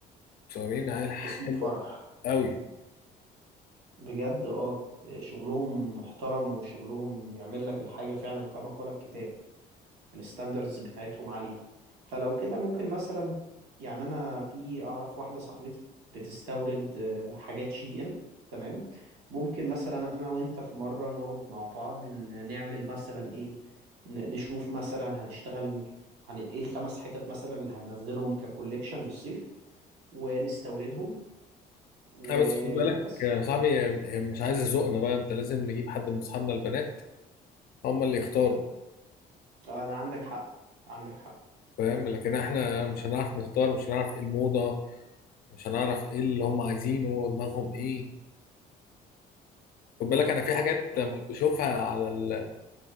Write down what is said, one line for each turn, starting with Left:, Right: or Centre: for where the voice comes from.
Left: مصورين عيال حلوه
Right: اسمه فرح
Left: قوي
Right: بجد اه شغلهم محترم وشغلهم يعمل لك الحاجة فعلا كما قال الكتاب الستاندردز بتاعتهم عالية فلو كده ممكن مثلا يعني انا في اعرف واحدة صاحبتي بتستورد آه، حاجات شي ان تمام ممكن مثلا انا وانت في مرة نقعد مع بعض ن- نعمل مثلا ايه ن- نشوف مثلا هنشتغل هن... ايه الخمس حتت مثلا اللي هننزلهم ككوليكشن للصيف ونستوردهم وبس
Left: اه بس خد بالك يا صاحبي هي هي مش عايزه ذوقنا بقى انت لازم نجيب حد من اصحابنا البنات هم اللي يختاروا
Right: انا عندك حق عندك حق
Left: فاهم لكن احنا مش هنعرف نختار مش هنعرف ايه الموضه مش هنعرف ايه اللي هم عايزينه دماغهم ايه خد بالك انا في حاجات
Right: اه
Left: لما بشوفها على ال...